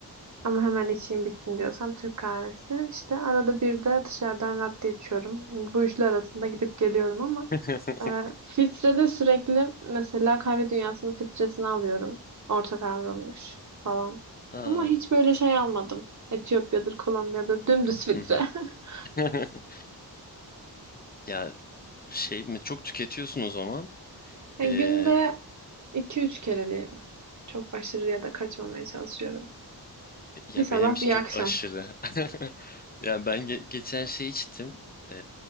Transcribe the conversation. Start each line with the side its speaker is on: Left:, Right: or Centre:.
Right: Ama hemen içeyim bitsin diyorsam Türk kahvesi. İşte arada bir de dışarıdan latte içiyorum. Bu üçlü arasında gidip geliyorum ama
Left: <laughs>
Right: ee, filtrede sürekli mesela kahve dünyasının filtresini alıyorum. Orta kavrulmuş falan.
Left: Aa.
Right: Ama hiç böyle şey almadım. Etiyopya'dır, Kolombiya'dır dümdüz filtre.
Left: Hı hı.
Right: <laughs>
Left: <laughs> Ya şey mi çok tüketiyorsun o zaman?
Right: Yani
Left: Ee,
Right: günde iki üç kere diyeyim. Çok aşırıya da kaçmamaya çalışıyorum.
Left: ya
Right: Bir sabah
Left: benim için
Right: bir
Left: çok
Right: akşam.
Left: aşırı. <laughs> Ya ben ge- geçen şey içtim. Ee,